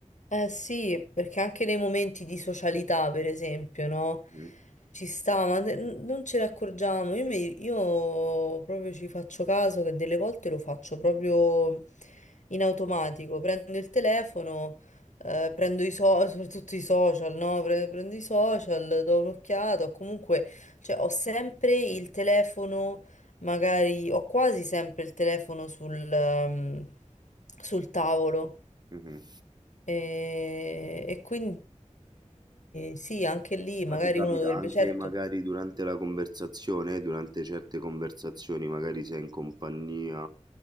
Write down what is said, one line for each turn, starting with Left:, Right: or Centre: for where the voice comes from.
Left: Eh sì, perché anche nei momenti di socialità, per esempio, no?
Right: Mhm,
Left: Ci sta, ma de- n- non ce ne accorgiamo. Io, mi- io proprio ci faccio caso che delle volte lo faccio proprio in automatico. Prendo il telefono, eh, prendo i social, soprattutto i social, no? Pre- Prendo i social, do un'occhiata, o comunque, cioè, ho sempre il telefono magari ho quasi sempre il telefono sul, ehm, sul tavolo.
Right: mhm.
Left: E, e quindi sì, anche lì magari
Right: Ma ti capita
Left: uno dovrebbe,
Right: anche
Left: certo,
Right: magari durante la conversazione, durante certe conversazioni, magari sei in compagnia,